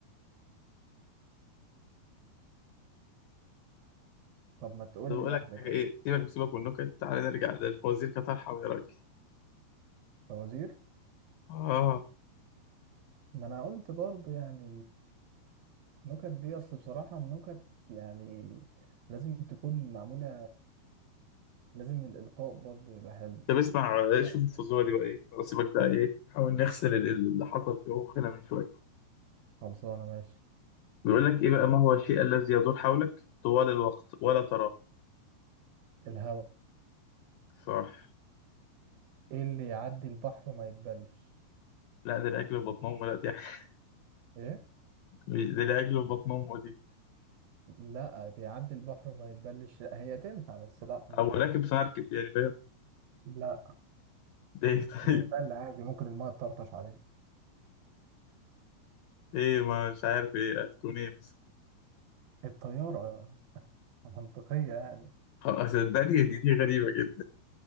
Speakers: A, on the right (about 75°); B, on the left (about 80°).
A: طب ما تقول
B: طب اقول
A: لي واحدة
B: لك حاجه
A: كده
B: ايه سيبك سيبك من النكت تعالى نرجع للفوازير كطرحه يا راجل
A: فوازير
B: اه
A: ما انا قلت برضو يعني النكت دي اصل بصراحة النكت يعني لازم تكون معمولة لازم الإلقاء برضو يبقى حلو
B: طب اسمع آه،
A: يعني
B: شوف الفزوره دي بقى ايه خلاص سيبك بقى ايه نحاول نغسل ال- ال- اللي حصل في مخنا من شويه
A: خلصانة ماشي
B: بيقول لك ايه بقى ما هو الشيء الذي يدور حولك طوال الوقت ولا تراه
A: الهوا
B: صح
A: ايه اللي يعدي البحر وما يتبلش
B: لا ده العجل في بطن امه لا دي <laughs>
A: ايه
B: مش- ده العجل في بطن امه دي
A: لا بيعدي البحر وما يتبلش لا هي تنفع بس لا مش
B: او راكب
A: دي
B: في مركب يعني فاهم
A: لا
B: <laughs> ده ايه طيب
A: بيتبل عادي ممكن الماء تطرطش عليه
B: ايه ما مش عارف ايه هتكون ايه مثلا
A: الطيارة <laughs> منطقية يعني
B: خلاص صدقني دي دي غريبه جدا